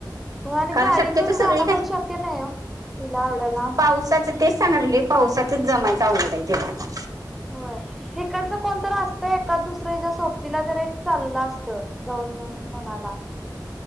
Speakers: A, in the centre; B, on the right (about 50°).
A: हो आणि
B: कारण
A: गाडी
B: शक्यतो
A: घेऊन जाणं
B: सगळी काय
A: पण शक्य नाही हो तिला एवढ्या लांब.
B: पावसाचं तेच सांगलेली पावसातच जमायचं आवघड आहे तिला आता.
A: होय इकडचं कोण तर असत एकाद दुसर हिच्या सोबतीला तरी एक चाललं असत जाऊन येऊन. म्हणाला.